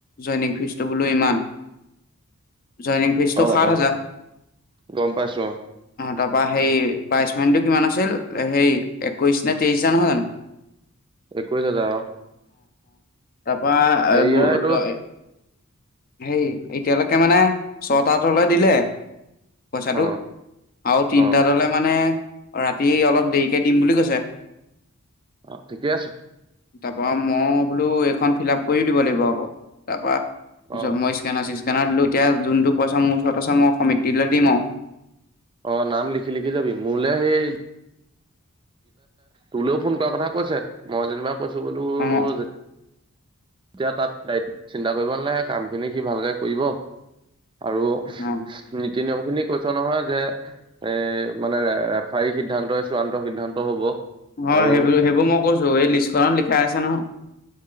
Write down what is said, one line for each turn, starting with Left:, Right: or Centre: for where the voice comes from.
Left: জইনিং ফিজটো বোলো ইমান। জইনিং ফিচটো
Right: অ
Left: সাত
Right: অ
Left: হাজাৰ।
Right: গম পাইছো অ
Left: তাৰপা সেই প্ৰাইজ মানিটো কিমান আছিল? সেই একৈশ নে তেইশ হাজাৰ নহয় জানোঁ
Right: একৈশ হাজাৰ অ।
Left: তাৰপা
Right: হেৰিয়া
Left: গো
Right: এইটো
Left: দয় সেই এতিয়ালৈকে মানে ছয়টা দলে দিলে। পইচাটো
Right: অ
Left: আৰু তিনটা
Right: অ
Left: দলে মানে ৰাতি অলপ দেৰিকে দিম বুলি কৈছে।
Right: অহ, ঠিকেই আছে।
Left: তা পা মই বোলো এইখন ফিল আপ কৰিও দিব লাগিব, আকৌ তাৰ পৰা
Right: অ
Left: মই স্কেনাৰ চিস্কেনা স্কেনাৰ দিলোঁ এতিয়া, যোনটো পইচা মোৰ ওচৰত আছে, মই কমিতিলৈ দিম আৰু।
Right: অ, নাম লিখি-লিখি যাবি। মোৰলে সেই তোলৈও ফোন কৰাৰ কথা কৈছে মই যেনিবা কৈছোঁ বোলো
Left: আৰু অ
Right: যে এতিয়া তাক গ চিন্তা কৰিব নালাগে কাম খিনি সি ভালকে কৰিব। আৰু
Left: অ
Right: নীতি, নিয়ম খিনি কৈছ নহয় যে এ মানে ৰেফাৰী সিদ্ধান্তই চূড়ান্ত সিদ্ধান্ত হ'ব।
Left: অ
Right: আৰু
Left: সেইবোৰ সেইবোৰ মই কৈছো এই লিষ্টখনত লিখাই আছে নহয়।